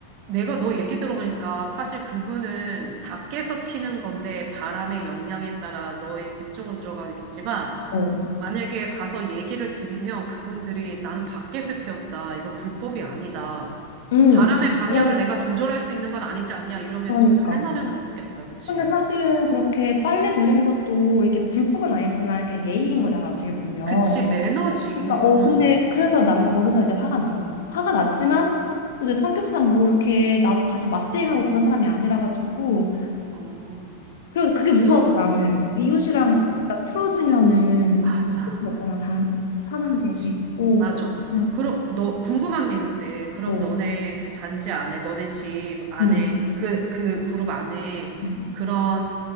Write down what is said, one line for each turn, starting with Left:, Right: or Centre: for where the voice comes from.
Right: 내가 너 얘기 들어보니까 사실 그분은 밖에서 피는 건데 바람의 영향에 따라 너의 집 쪽으로 들어가겠지만
Left: 어,
Right: 만약에 가서 얘기를 드리면 그분들이 나는 밖에서 피웠다. 이건 불법이 아니다.
Left: 음,
Right: 바람의 방향을
Left: 그러-
Right: 내가 조절할 수 있는 건 아니지 않냐 이러면
Left: 그러니까.
Right: 진짜 할 말은 없겠다. 그치?
Left: 근데 사실은 그렇게 빨래 돌리는 것도 이게 불법은 아니지만 그냥 예의인 거잖아 어떻게 보면.
Right: 그치, 매너지.
Left: 그러니까 어
Right: 응.
Left: 근데 그래서 나는 거기서 이제 화가 난 화가 났지만 또 이제 성격상 뭐 이렇게 나도 같이 맞대응하고 그런 사람이 아니라 가지고
Right: 어,
Left: 그리고 그게 무서워서
Right: 너,
Left: 나는 이웃이랑
Right: 어,
Left: 나 틀어지면은
Right: 맞아.
Left: 맞잖아 다 사는데
Right: 그치.
Left: 오
Right: 맞아.
Left: 그냥
Right: 그럼, 너, 궁금한 게 있는데, 그럼
Left: 어,
Right: 너네 그 단지 안에, 너네 집 안에,
Left: 음.
Right: 그, 그 그룹 안에
Left: 음.
Right: 그런